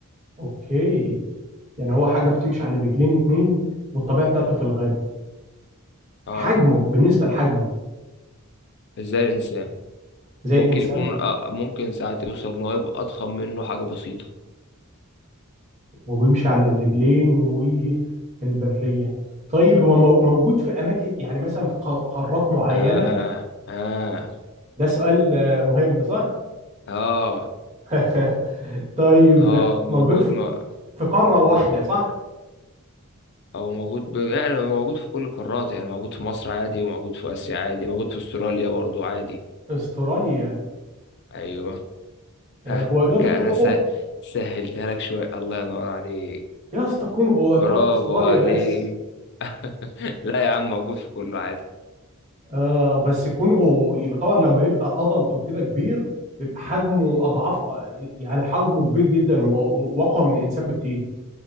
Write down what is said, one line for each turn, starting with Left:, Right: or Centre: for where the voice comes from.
Right: اوكي يعني هو حاجة بتمشي على رجلين اتنين والطبيعة بتاعته في الغابة
Left: اه
Right: حجمه بالنسبة لحجمه
Left: ازاي الانسان
Right: زي
Left: ممكن
Right: الإنسان
Left: يكون أ- ممكن ساعات يوصل ان هو يبقى اضخم منه حاجه بسيطه
Right: وبيمشي على الرجلين والبرية طيب هو مو- موجود في أماكن يعني مثلا في ق- قارات معينة
Left: اه اه
Right: ده سؤال آه، مهم صح؟
Left: اه
Right: <laughs> طيب
Left: اه موجود
Right: موجود في
Left: م-
Right: في قارة
Left: موجود
Right: واحدة صح؟
Left: او موجود ب... يعني موجود في كل القارات يعني موجود في مصر عادي وموجود في اسيا عادي موجود في استراليا برضو عادي
Right: استراليا
Left: ايوه
Right: آه،
Left: ها
Right: هو إدارة
Left: كده
Right: الكونغو
Left: انا س... سهلتها لك شويه الله ينور عليك
Right: يا اسطى الكونغو يعتبر
Left: برافو
Right: استراليا
Left: عليك
Right: بس
Left: <laughs> لا يا عم موجود في كله عادي
Right: آه بس الكونغو يعتبر لما يبقى ادلت وكده كبير بيبقى حجمه اضعاف يعني حجمه كبير جدا و- و- واقوى من الانسان بكتير